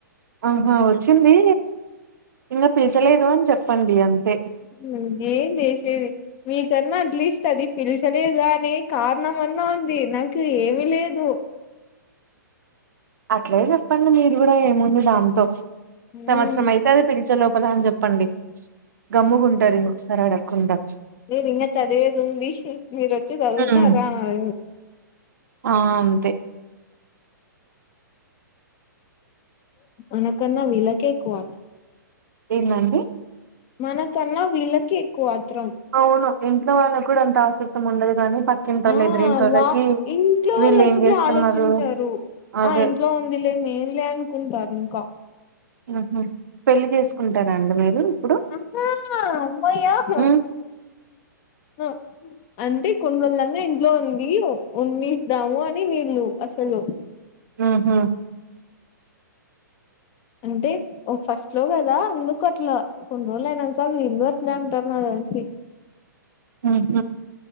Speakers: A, on the right (about 65°); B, on the left (about 30°).
A: ఆహా వచ్చింది ఇంకా పిల్చలేదు అని చెప్పండి అంతే
B: ఉమ్, ఏం చేసేది మీకన్నా అట్లీస్ట్ అది పిలిచలేదా అనే కారణంమన్నా ఉంది నాకు ఏమి లేదు
A: అట్లే చెప్పండి మీరు కూడా ఏముంది దాంతో
B: హ్మ్
A: సంవత్సరం అయితే అది పిలిచే లోపల అని చెప్పండి గమ్ముగుంటారు ఇంకొకసారి అడకుండా
B: నేది ఇంగ చదివేది ఉంది మీరు వచ్చి చదువుతారా
A: ఉమ్,
B: అ
A: ఆ అంతే
B: మనకన్నా విళ్ళకే ఎక్కువ
A: ఎందండి
B: మనకన్నా వీళ్ళకె ఎక్కువ ఆత్రం
A: అవును ఇంట్లో వాళ్ళకి కూడా అంత ఆసక్తం ఉండదు గానీ పక్కింటోళ్ళు
B: ఆ
A: ఎదిరింటోళ్ళకి
B: వా ఇంట్లో
A: వీళ్ళు
B: వాళ్ళు అసలు
A: ఏం చేస్తున్నారు
B: ఆలోచించారు
A: అదే
B: ఆ ఇంట్లో ఉంది లే నేంలే అనుకుంటారు ఇంకా
A: ఆహ పెళ్లిి చేసుకుంటారాండి మీరు ఇప్పుడు
B: అహ్హ అమ్మయ్య హ్
A: ఉమ్,
B: అ అంటే కొన్ని రోజుళన్న ఇంట్లో ఉంది ఉన్నిద్దాము అని వీళ్ళు అసలు
A: ఆహా
B: అంటే ఒ ఫస్ట్ లో కదా అందుకు అట్లా కొన్నిరోజులు అయినాంక వీళ్లు గూడ అట్నె అంటార్ నా తెల్సి
A: ఉహ్